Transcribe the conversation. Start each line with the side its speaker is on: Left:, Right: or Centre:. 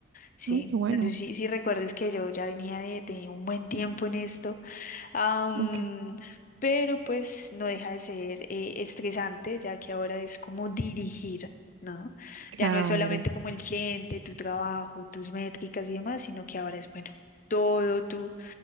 Left: ¿sí?
Right: Ay, qué bueno.
Left: No sé si, si recuerdes que yo ya venía de, de un buen tiempo en esto Am,
Right: Ok.
Left: pero pues no deja de ser eh, estresante, ya que ahora es como dirigir, ¿no?
Right: Claro.
Left: Ya no es solamente como el cliente, tu trabajo, tus métricas y demás, sino que ahora es, bueno, todo tu,